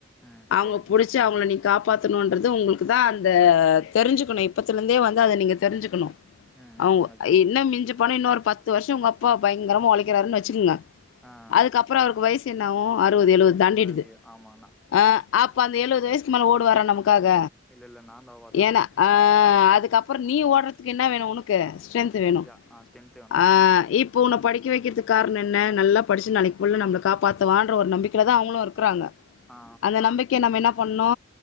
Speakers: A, in the centre; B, on the left (about 85°).
A: ம்
B: அவங்க
A: சேரிங்
B: புடிச்சி அவங்கள நி காப்பாத்தணுன்றது உங்களுக்குதா அந்த தெரிஞ்சுக்கணு இப்பத்துலேந்தே வந்து அத நீங்க தெரிஞ்சுக்கணு
A: ம்
B: அவங்க
A: ம் ஓகே
B: என்ன மிஞ்சிப்போனா இன்னு ஒரு பத்து வருஷம் உங்கப் பா பயங்கரமா ஒழைக்கிறாருன்னு வச்சுக்கங்க
A: ஆ
B: அதுக்கப்பறொ
A: ஆ
B: அவருக்கு வயசு என்னாவு அறு வது எழுவது தாண்டிடுது
A: அது ஆமா நா
B: அ அப்ப அந்த எழுவது வயசுக்கு மேல ஓடுவாரா நமக் காக
A: இல்ல இல்ல நான் காப்பாத்தணு
B: ஏனா அ அதுக்கப்பறொ நீ ஓடுறதுக்கு என்ன வேணு உனக்கு ஸ்ட்ரென்த் வேணு
A: ஜா ஆ ஸ்ட்ரென்த் வேணு
B: ஆ இப் ப்போ ஒன்ன படிக்க வைக்கிறதுக்கு காரணொ என்ன நல்லா படிச்சு நாளைக்கு புள்ள நம்மள காப்பாத்துவான்ற ஒரு நம்பிக்கையிலதா அவங்களு இருக்குறாங்க
A: ஆ
B: அந்த நம்பிக்கைய நம்ம என்ன பண்ணணு